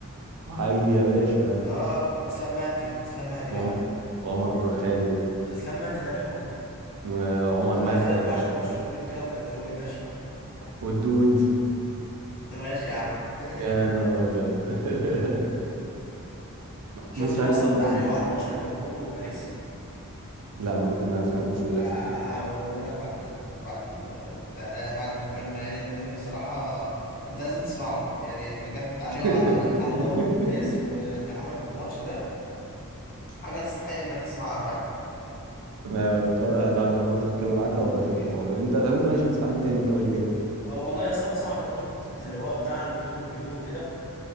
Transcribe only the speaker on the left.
اه اسلام مهدي اسلام مهدي
بقى
اسلام مهدي ده الحب
عمر
خالد
بقى عشان
برشلوني وكده وكتالوني ماشي ماشي
<laughs> ماشي يا عم <laughs>
شفتوا
يا
اسطى
في تعليقه
على ماتش ليفربول وباريس
هبوريهولك بعد بعد ال- بتاع يعني بعد المكالمة يعني لأن بصراحة أنت لازم تسمعه يعني بجد التعليق
على على داروين نونيز واللي عمله في الماتش ده حاجة تستحق إنك تسمعها فعلا
أكيد.
اه والله يا اسطى بسمع برضو كونتنت اللي هو بتاع الفود ريفيو وكده